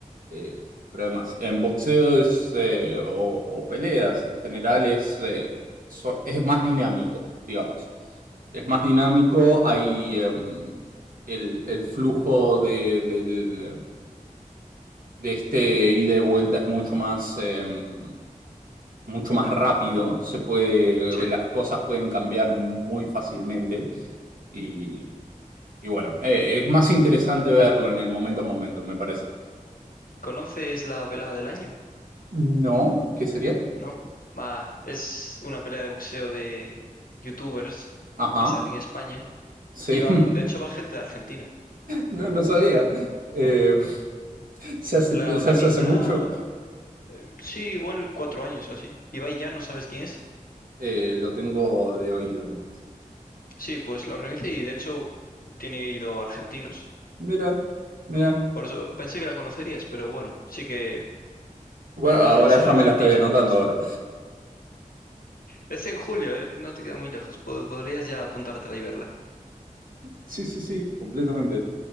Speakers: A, on the right; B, on the left.
A: eh, pero además, en boxeo es, eh, o, o peleas en general es, eh, so- es más dinámico, digamos. Es más
B: Mm,
A: dinámico, hay em, el, el flujo de, del- de este ida y vuelta es mucho más, em, mucho más rápido, se puede,
B: sí.
A: las cosas pueden cambiar muy fácilmente y, y bueno, eh, es más interesante verlo en el momento a momento, me parece.
B: ¿Conoces la velada del año?
A: No, ¿qué sería?
B: ¿No? Va, es una pelea de boxeo de youtubers
A: Ajá,
B: que se hace en España
A: sí.
B: y van,
A: <laughs>
B: de hecho va gente de Argentina.
A: No, no sabía. Eh, se hace,
B: La organiza,
A: se hace hace mucho.
B: eh, sí, igual cuatro años o así. Ibai ya, ¿no sabes quién es?
A: Eh, lo tengo de oído nomás.
B: Sí, pues la organiza y de hecho tiene ido argentinos.
A: Mira, mira.
B: Por eso pensé que la conocerías, pero bueno, sí que,
A: Bueno,
B: bueno,
A: ahora
B: al ser
A: ya
B: de Argentina,
A: me la estoy anotando
B: pues
A: ahora.
B: es en julio, ¿eh? No te queda muy lejos. Pod- Podrías ya apuntártela y verla.
A: Sí, sí, sí, completamente.